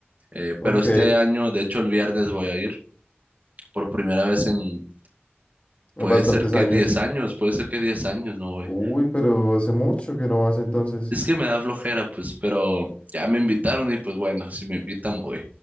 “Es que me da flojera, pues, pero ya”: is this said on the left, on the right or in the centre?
Right